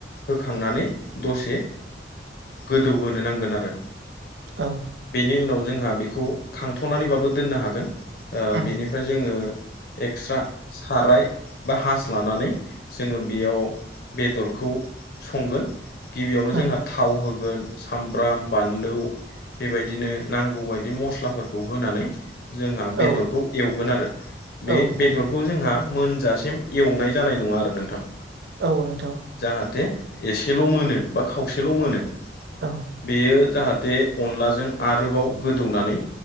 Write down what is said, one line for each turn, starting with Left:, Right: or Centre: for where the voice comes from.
Left: होखांनानै दसे गोदौहोनो नांगोन आरो
Right: औ
Left: बेनि उनाव जोंहा बेखौ खांथ'नानैबाबो दोननो हागोन।
Right: उम
Left: बेनिफ्राय जोङो एक्सट्रा साराय बा हास लानानै जोङो बेयाव बेदरखौ संगोन। गिबियावनो
Right: उम
Left: जोंहा थाव होगोन सामब्राम बानलु बेबायदिनो नांगौ बदि मस्लाफोरखौ होनानै। जोंहा बेदरखौ
Right: औ
Left: एवगोन आरो बे
Right: औ नोंथां
Left: बेदरखौ जोंहा मोनजासिम एवनाय जानाय नङा आरो नोंथां
Right: औ नोंथां
Left: जाहाथे एसेल' मोनो बा खावसेल' मोनो
Right: औ
Left: बेयो जाहाथे अनलाजों आरोबाव गोदौवनानै